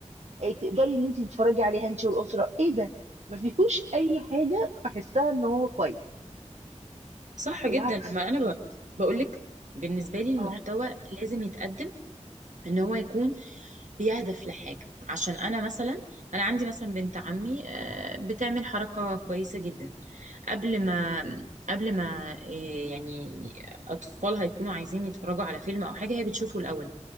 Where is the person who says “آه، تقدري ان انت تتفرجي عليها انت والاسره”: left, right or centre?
Right